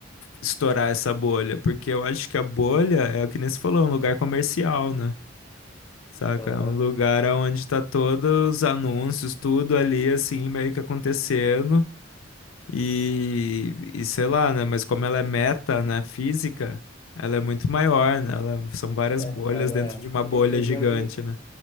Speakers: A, on the left; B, on the left.
A: estourar essa bolha. Porque eu acho que a bolha é o que nem você falou, é um lugar comercial, né? Saca?
B: Aham.
A: É um lugar onde tá todos os anúncios, tudo ali, assim, meio que acontecendo. E, e sei lá, né? Mas como ela é meta, né, física, ela é muito maior, né? Ela, são várias
B: Acaba.
A: bolhas dentro de uma bolha
B: E, e,
A: gigante,
B: e às vezes,
A: né?